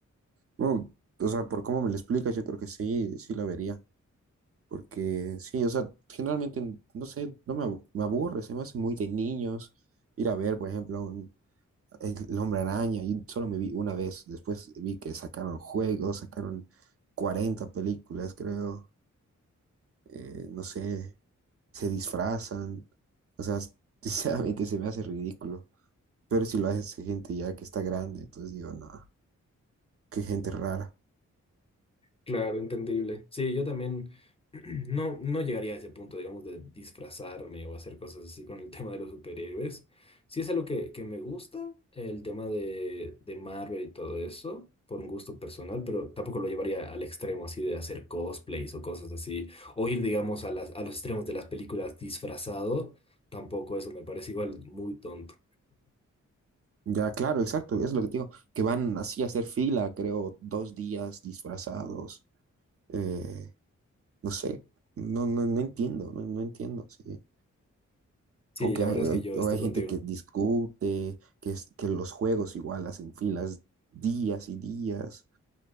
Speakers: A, on the right (about 50°); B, on the left (about 20°).
A: Bueno, o sea, por cómo me lo explicas, yo creo que sí, sí la vería. Porque sí, o sea, generalmente, no sé, no me, abu- me aburre, se me hace muy de niños ir a ver, por ejemplo, un, el, el Hombre Araña, y solo me vi una vez, después vi que sacaron juegos, sacaron 40 películas, creo, eh, no sé, se disfrazan, o sea, <laughs> sinceramente se me hace ridículo, pero si lo hace gente ya que está grande, entonces digo, no, qué gente rara.
B: Claro, entendible. Sí, yo también <clears throat> no, no llegaría a ese punto, digamos, de disfrazarme o hacer cosas así con el <laughs> tema de los superhéroes. Sí es algo que, que me gusta, el tema de, de Marvel y todo eso, por un gusto personal, pero tampoco lo llevaría al extremo así de hacer cosplays o cosas así, o ir, digamos, a las, a los extremos de las películas disfrazado, tampoco eso me parece igual muy tonto.
A: Ya, claro, exacto, es lo que te digo, que van así a hacer fila, creo, dos días disfrazados. eh, no sé, no, no, no entiendo, no, no entiendo, sí.
B: Sí,
A: O que
B: la
A: hay,
B: verdad es
A: hay-
B: que yo
A: o
B: estoy
A: hay
B: contigo.
A: gente que discute, que, es- que los juegos igual hacen filas días y días,